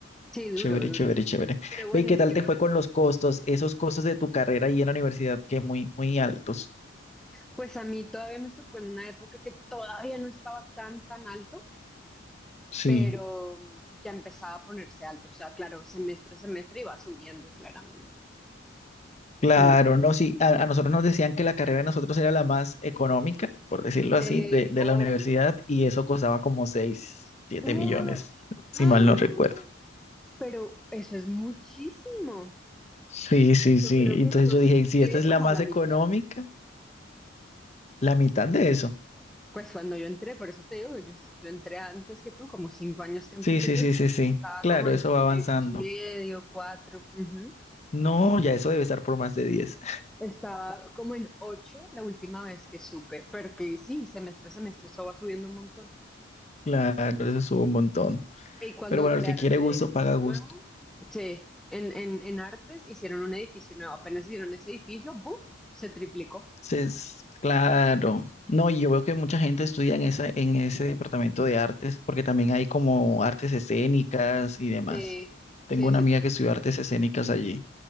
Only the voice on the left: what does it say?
Chévere,
chévere, chévere.
Ve, ¿y qué
tal
te fue con los costos? Esos costos de tu carrera ahí en la universidad que muy, muy altos.
Sí,
claro,
no, sí. A, a nosotros nos decían que la carrera de nosotros era la más económica, por decirlo así,
de, de
la universidad y eso costaba como 6 siete
millones, si
mal no recuerdo.
Sí, sí,
sí.
Entonces
yo
dije, si esta es la
más
económica,
la mitad de eso.
Sí,
sí,
sí,
sí, sí.
Claro,
eso va
avanzando.
No, ya eso debe estar por más de diez
<laughs> Claro, eso sube un montón.
Pero bueno,
el que quiere
gusto
paga gusto.
Entonces, claro. No, y yo veo que mucha gente estudia en esa, en ese departamento de artes, porque también hay como artes escénicas y demás.
Tengo
una
amiga
que estudió artes escénicas allí.